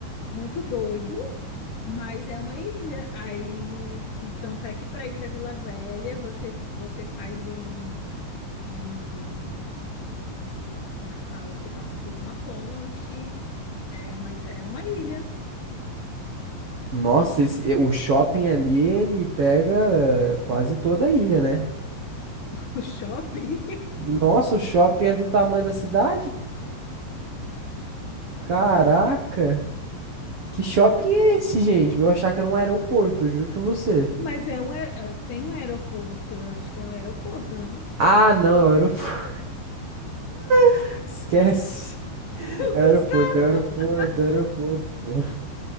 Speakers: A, on the left (about 55°); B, on the right (about 75°).
A: Muito doido, mas é uma ilha. Aí, e tanto é que para ir para Vila Velha, você, você faz um, um. Como é que fala? Você passa por uma ponte, é, mas é uma ilha.
B: Nossa, esse- o shopping ali, ele pega quase toda a ilha, né?
A: <laughs> O shopping.
B: Nossa, o shopping é do tamanho da cidade? Caraca. Que shopping é esse, gente? Eu achava que era um aeroporto, eu juro pra você.
A: Mas é um, aer- ah, tem um aeroporto, eu acho que é um aeroporto, não?
B: Ah, não, é o aeroporto. <laughs> Esquece.
A: <laughs> O
B: É
A: Gustavo!
B: o aeroporto, é o aeroporto, é o aeroporto. pô.